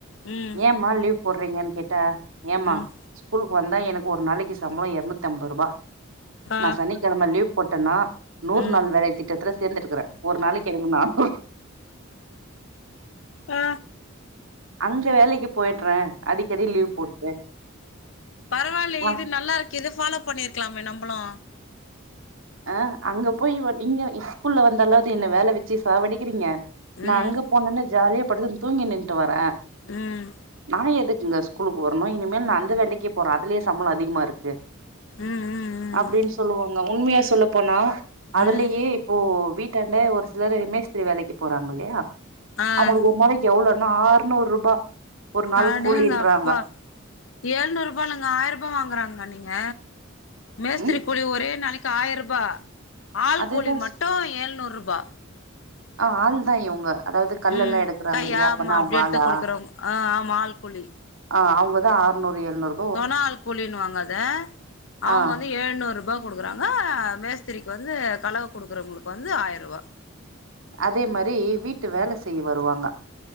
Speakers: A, on the left; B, on the right.
A: ம்
B: ஏமா லீவ் போடுறீங்கன்னு கேட்டா ஏமா ஏமா
A: ம்
B: ஸ்கூலுக்கு வந்தா எனக்கு ஒரு நாளையக்கு சம்பள எரநூத்திம்பது ரூபா
A: ஆ
B: நா சனிக்கெழம லீவ் போட்டனா நூறு
A: ம்
B: நாள் வேலை திட்டத்துல சேர்ந்திருக்கிற ஒரு நாளைக்கி எனக்கு நானூறு
A: ஆ
B: அந்த வேலைக்கு போயடுற அடிக்கடி லீவ் போட்டு
A: பரவால்லயே
B: ஆ
A: இது நல்லா இருக்கு இது ஃபாலோ பண்ணிர்க்கலாமே நம்பமளு
B: ஆ அங்க போய் நீங்க ஸ்கூல்ல வந்தாலாவது என்ன வேல வச்சு சாவடிக்கிறீங்க நா
A: ம்
B: அங்க போனன்னா ஜாலியா படுத்துன்னு தூங்கி நின்ட்டு வர
A: ம்
B: நா எதுக்குங்க ஸ்கூ கூலூக்கு வரணு இனிமேலு அந்த வேலக்கே போற அதுலயே சம்பளோ அதிகமாருக்கு
A: ம் ம்
B: அப்டின்னு
A: ம்
B: சொல்லுவாங்க உண்மையா சொல்ல போனா அதுலயே
A: ம்
B: இப்போ வீட்டாண்ட ஒரு சிலரு மேஸ்திரி வேலைக்கு போறாங்க இல்லயா
A: ஆ
B: அவுங்களுக்கு ஒரு நாளைக்கு எவ்ளோனா ஆறுநூறு ரூபா ஒரு நாள்
A: அடேங்கப்பா
B: கூலின்றாங்க
A: எழுநூறு ரூபாயில்லங்க ஆயிரரூபா வாங்குறாங்க நீங்க மேஸ்திரி
B: ம்
A: கூலி ஒரே நாளைக்கு ஆயிர ரூபா ஆள்
B: அதுதா
A: கூலி மட்டு ஏழ்நூறு ரூபா
B: ஆ ஆள் தா இவுங்க அதாவது கல்லெல்லா
A: ம்
B: எடுக்கறாங்க
A: கையா
B: இல்லயா அப்பனா
A: ஆமா அப்டி
B: அவுங்க
A: எடுத்து
B: ஆளா
A: குடுக்குறவங்க ஆ ஆமா ஆள் கூலி
B: ஆ அவுங்க தா அறுநூறு எழ்நூறு
A: தொனா ஆள் கூலின்னுவாங்க அத அவுங்க
B: ஆ
A: வந்து ஏழ்நூறு ரூபா குடுக்குறாங்க மேஸ்திரிக்கு வந்து கலவ குடுக்குறவங்களுக்கு வந்து ஆயிர ரூவா
B: அதே மாரி வீட்டு வேல செய்ய வருவாங்க